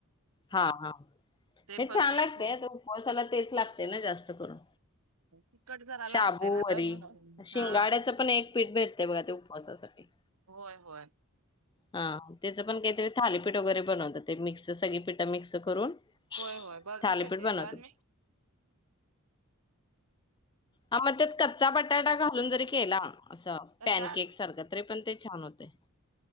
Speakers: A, on the left (about 20°); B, on the right (about 85°).
A: हा हा
B: ते
A: हे
B: पण
A: छान
B: एक
A: लागतंय
B: होत
A: आता उपवासाला. तेच लागतंय ना जास्त करून.
B: तिखट जरा लागतय
A: शाबू
B: ना
A: वरी
B: तर
A: शिंगाड्याचं
B: हा
A: पण एक पीठ भेटतेय बघा ते एक उपवासासाठी.
B: होय होय
A: हा त्याचं पण काहीतरी थालीपीठ वगैरे बनवतात ते मिक्स सगळी पीठ ठ मिक्स करून.
B: होय होय बघितलंय
A: थालीपीठ
B: ते
A: बनवतात
B: पण मी.
A: हा मग त्यात कच्चा बटाटा घालून जरी केला. असं
B: कशात
A: पॅन केक सारखं तरी पण ते. छान होतंय.